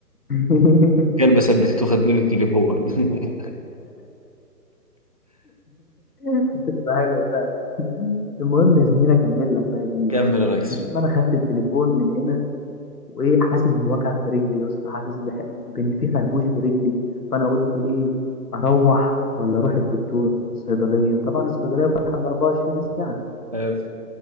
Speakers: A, on the left; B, on the right.
A: <laughs>
B: كلب ثبتته خد منه التليفون <laughs>
A: كانت هتبقى حلوة فعلا المهم يا زميلي أكمل لك بقى يا زميلي
B: كمل يا ريس
A: المهم أنا خدت التليفون من هنا وايه حاسس بوجع في رجلي يا اسطى حاسس بح- بان في خربوش في رجلي فانا قلت ايه اروح ولا اروح الدكتور الصيدليه طبعا الصيدليه فاتحه ال 24 ساعه
B: آه.